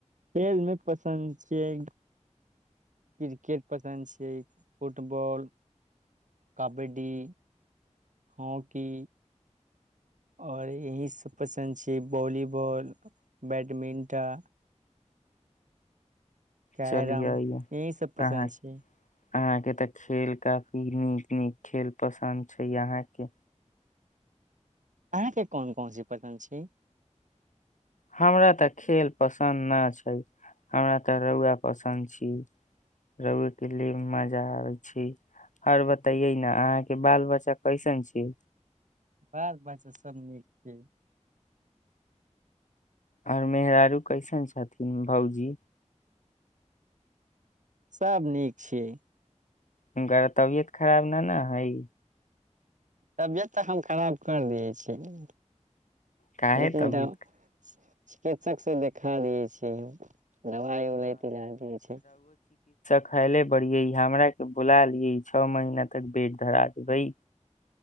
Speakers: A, on the right; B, on the left.
A: खेलमे पसन्द छियै क्रिकेट पसन्द छियै फुटबॉल कबड्डी हॉकी आओर यहीसभ पसन्द छियै वॉलीबॉल बैडमिंटन कैरम
B: चलिय अहाँ
A: यही सब पसन्द
B: अहााँके
A: छै
B: तऽ खेल काफी नीक नीक खेल पसन्द छै अहाँके
A: अहाँके कोन कोनस पत्ग छी
B: हमरा तऽ खेल पसन्द नहि छै हमरा तऽ रौआ पसन्द छी रहुएके लिए मजा आबै छै आओर बतैे ने अहाँके बाल बच्चा कैसन छै
A: बात बात सब नीक छै
B: आओर मेहारू कैसन छथिन भउजी
A: सभ नीक छीिय
B: हनकर तबियत खराब न ने हइ
A: तबियत तऽ हम खराब करि दियै छियै
B: काहे
A: लेकिन
B: तबियत
A: तऽ चिकित्सक से देखा दियै छिय हम दवइ लैती ल छै
B: खायले बड़िये हमरा के बुला लिये छओ महीना तक बेट धरा देबै